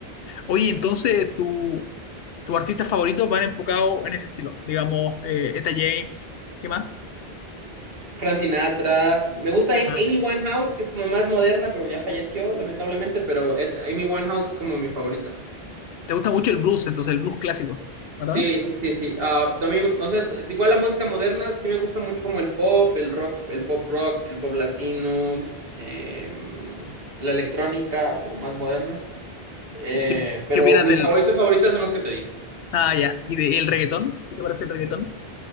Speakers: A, on the left; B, on the right.
A: Oye, entonces, ¿tu, tus artistas favoritos van enfocados en ese estilo? Digamos, eh, Etta James, ¿qué más?
B: Frank Sinatra, me gusta Am-
A: Ah,
B: Amy Winehouse, que es como más moderna, pero ya falleció lamentablemente, pero Ed- Amy Winehouse es como mi favorita.
A: te gusta mucho el blues, entonces el blues clásico, ¿verdad?
B: Sí, sí, sí, sí. Ah, también, o sea, t- igual la música moderna sí me gusta mucho como el pop, el rock, el pop rock, el pop latino, em, la electrónica como más moderna. Eh,
A: ¿Qué, qué-
B: pero
A: qué opinas
B: mi
A: del...
B: favorito favorita son los que te dije.
A: Ah, ya. ¿Y del reggaetón? ¿Qué te parece el reggaetón?